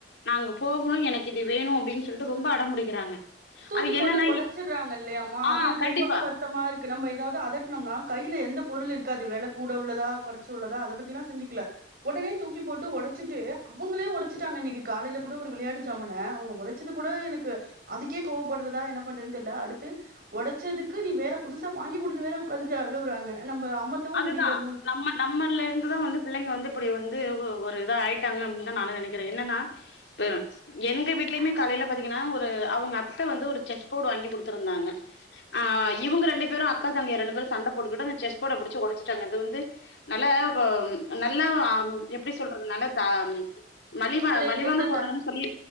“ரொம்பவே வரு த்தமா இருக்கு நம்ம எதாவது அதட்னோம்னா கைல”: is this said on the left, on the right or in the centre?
Right